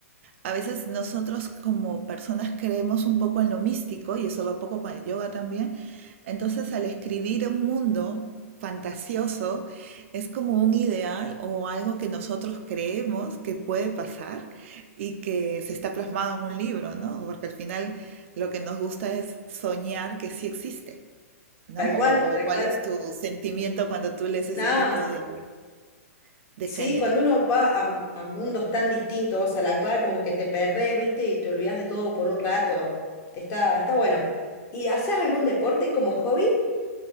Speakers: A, on the right; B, on the left.
A: A veces nosotros como personas creemos un poco en lo místico, y eso va un poco con el yoga también. Entonces, al escribir un mundo fantasioso, es como un ideal o algo que nosotros creemos que puede pasar y que se está plasmado en un libro, ¿no? Porque al final lo que nos gusta es soñar que sí existe, ¿no?
B: Tal cual,
A: O,
B: tal
A: o cuál
B: cual.
A: es tu sentimiento cuando tú lees ese
B: Nada,
A: tipo de, de
B: Sí,
A: género.
B: cuando uno va a, a mundos tan distintos al actual, como que te perdés, ¿viste? Y te olvidás de todo por un rato. Está, está bueno. ¿Y haces algún deporte como hobby?